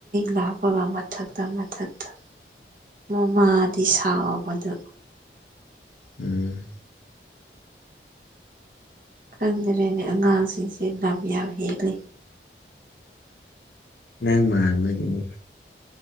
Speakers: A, on the right; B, on the left.
A: ꯂꯕꯂ ꯃꯊꯗꯝ ꯃꯊꯠꯇꯝ ꯃꯃꯥꯗꯤ ꯁꯥꯎꯕꯗ
B: ꯎꯝ
A: ꯈꯪꯗ꯭ꯔꯦꯅꯦ ꯑꯉꯥꯡꯁꯤꯡꯁꯦ ꯌꯥꯝ ꯌꯥꯝ ꯍꯦꯜꯜꯂꯤ
B: ꯅꯪ ꯃꯥꯔ ꯃꯗꯤꯅꯤ